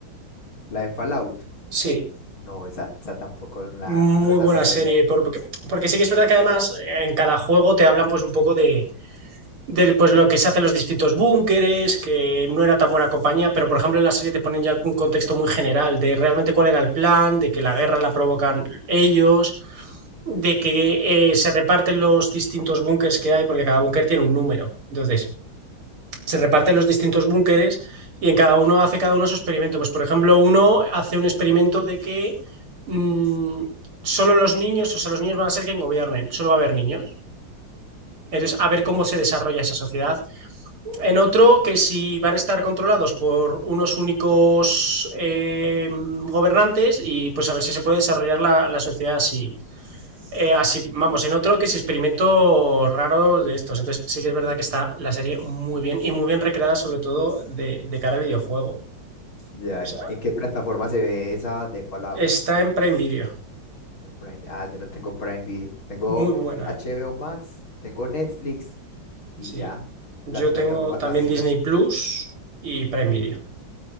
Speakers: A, on the left; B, on the right.
A: La de Fallout.
B: Sí,
A: No, esa, esa tampoco la,
B: Muy
A: no, esa
B: buena
A: no la
B: serie,
A: he visto.
B: por- porque, porque sí que es verdad que además en cada juego te hablan pues un poco de, del, pues lo que se hace en los distintos búnkeres, que no era tan buena compañía, pero por ejemplo en la serie te ponen ya un contexto muy general de realmente cuál era el plan, de que la guerra la provocan ellos, de que eh, se reparten los distintos búnkers que hay, porque cada búnker tiene un número. Entonces, se reparten los distintos búnkeres y en cada uno hace cada uno su experimento. Pues, por ejemplo, uno hace un experimento de que mm, solo los niños, o sea, los niños van a ser quien gobiernen, solo va a haber niños. Entonces,
A: Mm,
B: a ver cómo se desarrolla esa sociedad. En otro, que si van a estar controlados por unos únicos eh, gobernantes y pues a ver si se puede desarrollar la, la sociedad así. Eh, así, vamos,
A: sí.
B: en otro que es experimento raro de estos. Entonces, sí que es verdad que está la serie muy bien y muy bien recreada, sobre todo de, de cara al videojuego. O
A: Ya,
B: sea,
A: ¿y ¿En qué plataforma se ve esa de Fallout?
B: está en Prime Video.
A: En Prime. Ah, yo no tengo Prime Video. Tengo
B: Muy buena,
A: HBO
B: eh.
A: Max, tengo Netflix y
B: Sí.
A: ya.
B: Yo
A: Las plataformas
B: tengo también
A: amigas.
B: Disney Plus y Prime
A: Disney
B: Video.
A: Plus.